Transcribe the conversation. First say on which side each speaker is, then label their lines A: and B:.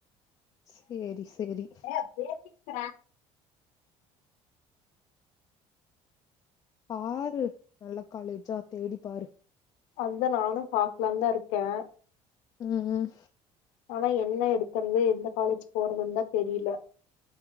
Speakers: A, on the left; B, on the left.
A: சேரி சேரி
B: ஏ பேசிட்ருக்கற
A: பாரு நல்ல காலேஜா தேடிப் பாரு
B: அதா நானும் பாக்கலான் தா இருக்கே
A: ம் ம்
B: ஆனா என்ன எடுக்குறது எந்த காலேஜ் போறதுன் தா தெரில்ல